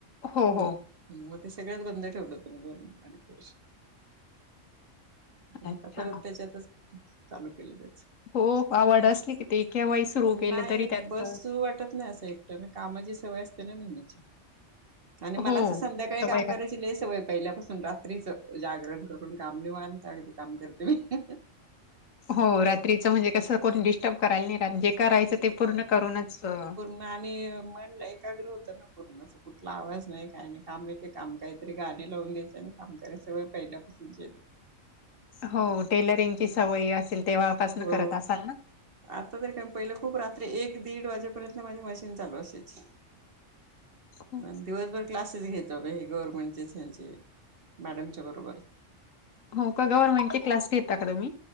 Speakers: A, on the left; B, on the right.
A: हो
B: घरी
A: हो
B: मग ते सगळ्यात बंद ठेवलं तु दोन अडीच वर्ष.
A: अच्छा
B: आता परत त्याच्यातच, चालू केलं त्याच.
A: हो आवड असली की ते केव्हाही सुरू केलं
B: नाही
A: तरी त्यात
B: बसू वाटत नाही असं एक तेनं कामाची सवय असते ना नेहमीची आणि मला
A: हो
B: असं संध्याकाळी
A: सवय
B: काम करायची
A: लागते.
B: लई सवय पहिल्यापासून रात्रीच, जागरण करून काम निवांत अगदी काम करते मी अहअह.
A: हो रात्रीच म्हणजे कसं कोण डिस्टोप करायला नाहीे रात्री. करायचं ते पूर्ण करूनच अ
B: म आणि मन एकाग्र होतं ना पूर्ण अस कुठला आवाज नाही काय नाही काम एके काम काही तरी गाणी लावून द्यायच काम करायचं व्हयं पहिल्यापासून जे आहे ते
A: हो टेलरिंग ची सवय असेल तेव्हापासून
B: हो
A: करत असाल ना
B: आता तर काय पहिलं खूप रात्री एक दीड वाजेपर्यंत माझी मशीन चालू असायची.
A: हो
B: मग दिवसभर क्लासेस घ्यायचो मी गव्हर्नमेंटचेच ह्यांचे, मॅडमच्या बरोबर.
A: हो का, गव्हर्नमेंट चे क्लास घेता का तुम्ही?